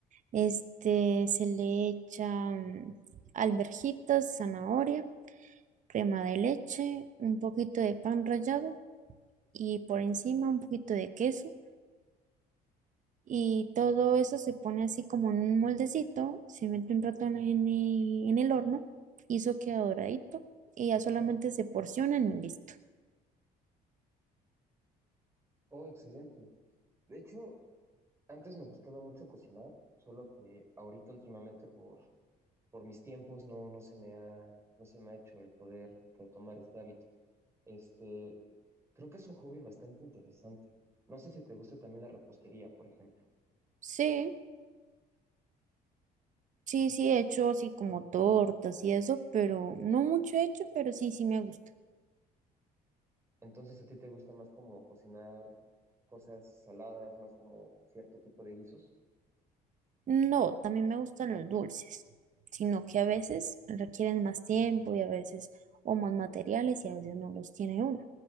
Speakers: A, on the right (about 50°); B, on the right (about 15°).
A: Este, se le echa mm, alverjitas, zanahoria, crema de leche, un poquito de pan rallado y por encima un poquito de queso. Y todo eso se pone así como en un moldecito, se mete un rato en, en el en el horno y eso queda doradito y ya solamente se porcionan y listo.
B: Oh, excelente. De hecho, antes me gustaba mucho cocinar, solo que ahorita últimamente por, por mis tiempos no, no se me ha, no se me ha hecho el poder retomar este hábito. Este, creo que es un hobby bastante interesante. No sé si te gusta también la repostería, por ejemplo.
A: Sí, sí, sí he hecho así como tortas y eso, pero no mucho he hecho, pero sí, sí me gusta.
B: Entonces, ¿a ti te gusta más como cocinar cosas saladas, más como cierto tipo de guisos?
A: No, también me gustan los dulces, sino que a veces requieren más tiempo y a veces o más materiales y a veces no los tiene uno.